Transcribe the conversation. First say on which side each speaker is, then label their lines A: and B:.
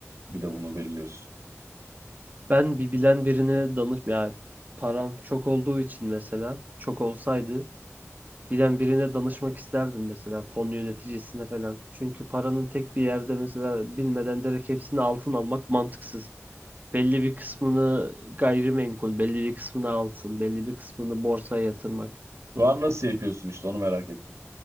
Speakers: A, on the right; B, on the right.
A: Bir de bunu belirliyorsun.
B: Ben bir bilen birine danış ya param çok olduğu için mesela çok olsaydı bilen birine danışmak isterdim mesela fon yöneticisine falan. Çünkü paranın tek bir yerde mesela bilmeden direkt hepsini altın almak mantıksız. Belli bir kısmını gayrimenkul, belli bir kısmını altın, belli bir kısmını borsaya yatırmak.
A: Şu an nasıl yapıyorsun işte onu merak ettim.